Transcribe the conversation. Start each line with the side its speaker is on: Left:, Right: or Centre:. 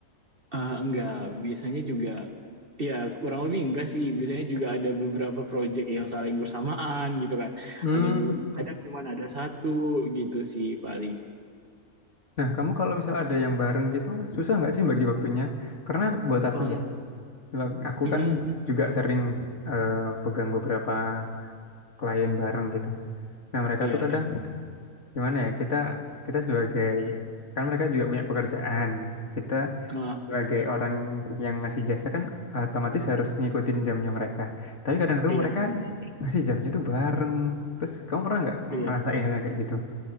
Right: Eh, enggak biasanya juga ya kurang lebih enggak sih biasanya juga ada beberapa project yang saling bersamaan gitu kan
Left: Hmm.
Right: ada be- kadang cuma ada satu gitu sih paling
Left: Nah, kamu kalau misal ada yang bareng gitu, susah nggak sih bagi waktunya? Karena buat aku
Right: Eh,
Left: ya, sebab aku
Right: mm, mm,
Left: kan juga sering eh, pegang beberapa klien bareng gitu. Nah, mereka
Right: iya
Left: tuh kadang
Right: iya
Left: gimana ya? Kita kita sebagai kan mereka juga punya pekerjaan. Kita
Right: Ah
Left: sebagai orang yang ngasih jasa kan otomatis harus ngikutin jamnya mereka. Tapi kadang tuh
Right: iya
Left: mereka
Right: benar benar
Left: ngasih jamnya tuh bareng. Terus kamu pernah nggak
Right: iya
Left: ngerasain hal yang kayak gitu?